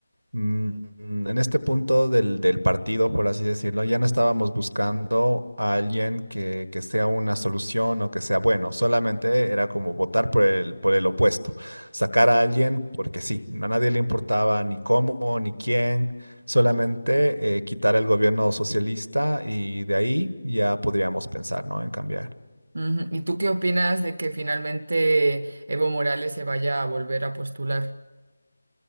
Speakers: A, on the right (about 85°); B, on the right (about 50°).
A: Mm, En este punto del, del partido, por así decirlo, ya no estábamos buscando a alguien que, que sea una solución o que sea bueno, solamente era como votar por el, por el opuesto, sacar a alguien porque sí, a nadie le importaba ni cómo ni quién, solamente eh, quitar el gobierno socialista y de ahí ya podríamos pensar, ¿no? En cambiar.
B: Ujú. ¿Y tú qué opinas de que finalmente Evo Morales se vaya a volver a postular?